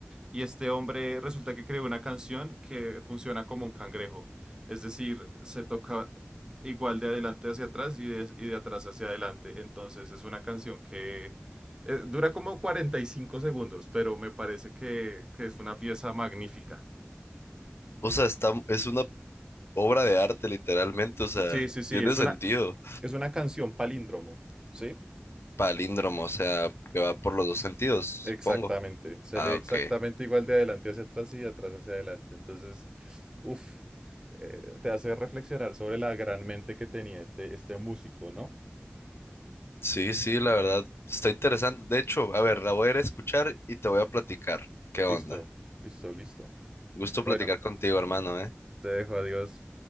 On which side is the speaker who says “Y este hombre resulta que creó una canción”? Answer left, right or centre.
Right